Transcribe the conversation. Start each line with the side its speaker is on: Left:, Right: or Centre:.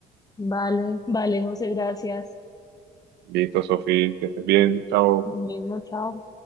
Left: Vale, vale, José, gracias.
Right: Listo, Sofi, que estés bien. Chao.
Left: Lo mismo, chao.